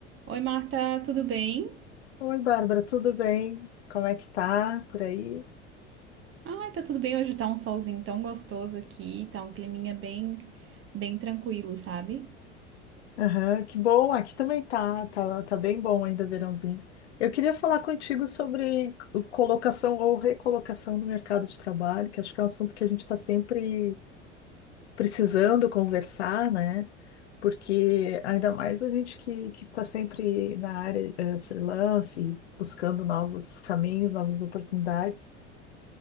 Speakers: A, on the right; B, on the left.
A: Oi, Marta, tudo bem?
B: Oi, Bárbara, tudo bem? Como é que tá por aí?
A: Ai, tá tudo bem. Hoje tá um solzinho tão gostoso aqui, tá um climinha bem, bem tranquilo, sabe?
B: Aham, que bom, aqui também tá, tá, tá bem bom ainda, verãozinho. Eu queria falar contigo sobre o- colocação ou recolocação no mercado de trabalho, que acho que é um assunto que a gente está sempre precisando conversar, né? Porque ainda mais a gente que que está sempre na área eh, freelance, buscando novos caminhos, novas oportunidades.